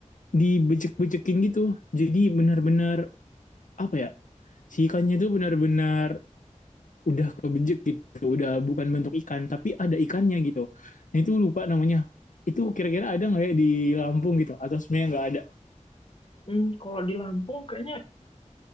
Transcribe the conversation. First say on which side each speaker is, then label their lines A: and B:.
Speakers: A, on the left (about 80°); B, on the left (about 45°).
A: dibejek-bejekin gitu. Jadi benar-benar apa ya? Si ikannya tuh benar-benar udah kebejek gitu, udah bukan bentuk ikan tapi ada ikannya gitu. Nah itu lupa namanya. Itu kira-kira ada nggak ya di Lampung gitu? Atau sebenarnya nggak ada?
B: hmm, kalau di Lampung kayaknya